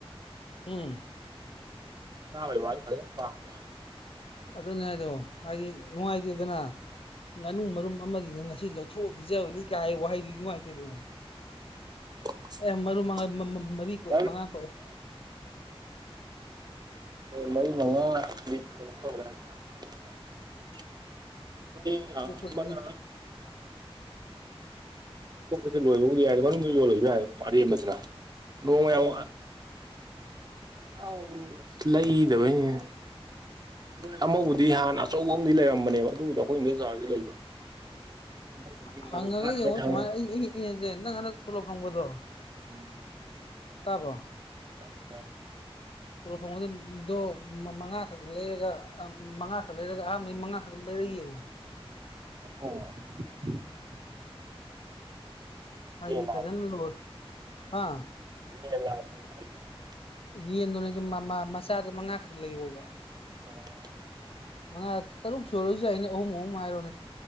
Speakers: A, on the left (about 65°); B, on the right (about 40°).
A: ꯎꯝ
B: ꯆꯥꯕ ꯋꯥꯗꯤ ꯐꯖꯅ ꯄꯥꯝꯕꯖꯥꯠꯅꯤ
A: ꯑꯗꯨꯅꯦ ꯍꯥꯏꯗꯣ ꯍꯥꯏꯗꯤ ꯅꯨꯡꯉꯥꯏꯇꯦꯗꯅ ꯉꯥꯅꯨ ꯃꯔꯨꯝ ꯑꯃꯗꯤꯅꯤ ꯑꯁꯤ ꯂꯧꯊꯣꯛꯑ ꯄꯤꯖꯕꯅꯤ ꯀꯥꯏ ꯋꯥꯍꯩꯗꯨ ꯅꯨꯡꯉꯥꯏꯇꯦꯗꯅ
B: <unintelligible>
A: ꯑꯦ ꯃꯔꯨ ꯃꯉꯥ ꯃꯔꯤ ꯀꯣꯛꯑꯦ ꯃꯉꯥ ꯀꯣꯛꯑꯦ
B: ꯃꯔꯤ ꯃꯉꯥ <unintelligible> <unintelligible> ꯑꯃꯅꯥ
A: ꯀꯣꯛꯄꯗꯗꯤ
B: ꯀꯣꯛꯄꯁꯦ ꯂꯣꯏꯕꯕꯨꯗꯤ ꯌꯥꯏ ꯃꯔꯨꯡꯗꯣ ꯌꯣꯜꯂꯕꯁꯨ ꯌꯥꯏ ꯑꯔꯦꯝꯕꯁꯤꯅ ꯅꯣꯡꯃ
A: ꯎꯝ
B: ꯌꯥꯝ <unintelligible> ꯂꯩꯗꯕꯩꯅꯤꯍꯦ ꯗꯣꯏ ꯑꯃꯕꯨꯗꯤ ꯍꯥꯟꯅ ꯑꯆꯧꯕ ꯑꯃꯗꯤ ꯂꯩꯔꯝꯕꯅꯦꯕ ꯑꯗꯨꯕꯨꯗꯤꯣ ꯑꯩꯈꯣꯏ ꯏꯟꯗꯣꯆꯥꯍꯣꯏꯗ ꯂꯩꯕ
A: <inaudible>
B: ꯃꯣꯏꯗꯤ ꯖꯤꯡꯒꯗꯣ
A: ꯍꯪꯉꯒ
B: ꯈꯥꯔꯤꯉꯩ
A: ꯌꯦꯡꯉꯣ
B: ꯊꯝꯃꯦ
A: ꯁꯨꯃꯥꯏꯅ ꯑꯩꯡꯉꯁꯦ ꯅꯪ ꯍꯟꯗꯛ ꯇꯣꯂꯣꯞ ꯐꯪꯕꯗꯣ
B: ꯎꯝ
A: ꯇꯥꯔꯕꯣ
B: ꯇꯥꯏ ꯇꯥꯏ
A: ꯇꯣꯂꯣꯞ ꯐꯪꯕꯗꯣ ꯃꯉꯥꯈꯛ ꯂꯩꯔꯒ ꯃꯉꯥꯈꯛ ꯂꯩꯔꯒ ꯑꯍꯥꯟꯕꯩ ꯃꯉꯥꯈꯛ ꯂꯩ ꯌꯦꯉꯣ
B: <unintelligible>
A: ꯍꯥꯏꯗꯤ
B: ꯌꯦꯟ ꯂꯥꯕ
A: ꯐꯖꯅ ꯂꯣꯏ ꯍꯥ
B: <unintelligible>
A: ꯌꯦꯟꯗꯨꯣꯅꯦꯁꯦ ꯃꯆꯥꯗ ꯃꯉꯥ ꯈꯛ ꯂꯩꯌꯣꯕ
B: ꯑ
A: ꯃꯉꯥ ꯇꯔꯨꯛ ꯁꯨꯔꯁꯨ ꯌꯥꯏꯅꯦ ꯑꯍꯨꯝ ꯑꯍꯨꯝ ꯍꯥꯏꯔꯣꯅꯦ